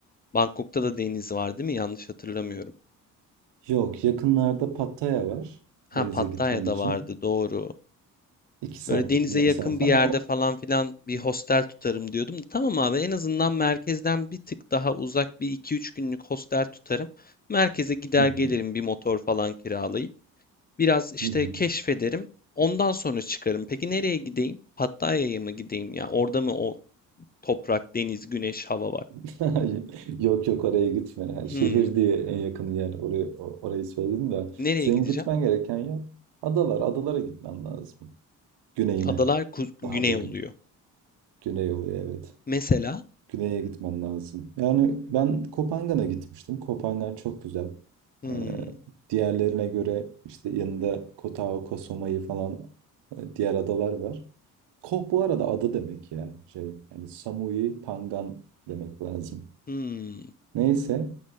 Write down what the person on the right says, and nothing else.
Yok, yakınlarda Pattaya var
denize
gitmen için.
İki saatlik
bir mesafe
ama
Hı hı,
hı hı.
<laughs> yok yok oraya gitme. Yani
şehir diye en yakın yer oraya, o- orayı söyledim de.
Senin
gitmen gereken yer adalar. Adalara gitmen lazım. Güneyine.
Daha da güne,
güney oluyor evet.
Güney'e gitmen lazım. Yani ben Kopangan'a gitmiştim. Kopangan çok güzel.
Ee, diğerlerine göre işte yanında Kota Oka, Soma'yı falan e, diğer adalar var. Koh bu arada ada demek ya. Şey, yani Samui Pangan demek lazım.
Neyse